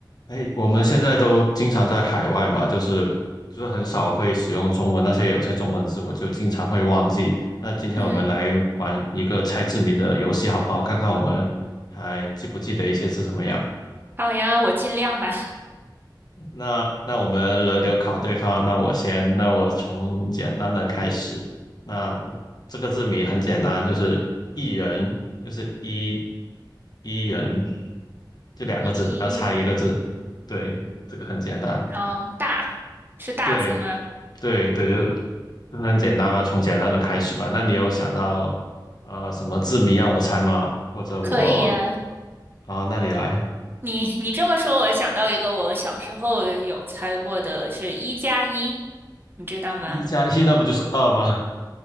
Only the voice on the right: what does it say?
嗯，
好呀，我尽量吧。<laughs>
一人，
嗯，大，是大字吗？
可以呀。
你你这么说，我想到一个我小时候有猜过的是一加一，你知道吗？